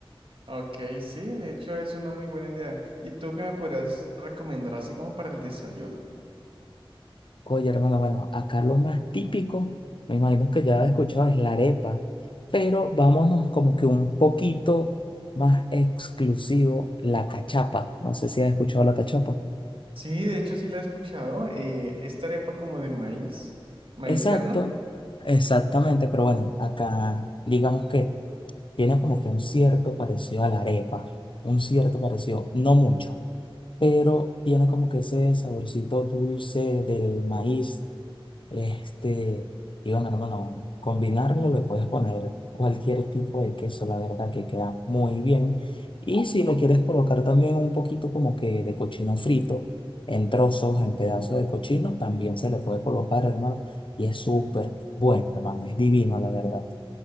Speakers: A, on the right (about 65°); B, on the left (about 60°).
A: Ok, sí, de hecho es una muy buena idea. ¿Y tú qué me podrías recomendar así como para el desayuno?
B: Oye, hermano, bueno, acá lo más típico, me imagino que ya has escuchado, es la arepa, pero vámonos como que un poquito más exclusivo, la cachapa. No sé si has escuchado la cachapa.
A: Sí, de hecho sí la he escuchado. eh, esta arepa como de maíz, maíz
B: Exacto,
A: tierno.
B: exactamente, pero bueno, acá digamos que tiene como que un cierto parecido a la arepa, un cierto parecido, no mucho, pero tiene como que ese saborcito dulce del maíz este, y bueno, hermano, combinarlo le puedes poner cualquier tipo de queso, la verdad que queda muy bien. Y si le quieres colocar también un poquito como que de cochino frito, en trozos, en pedazos de cochino, también se le puede colocar, hermano. Y es súper bueno, hermano, es divino, la verdad.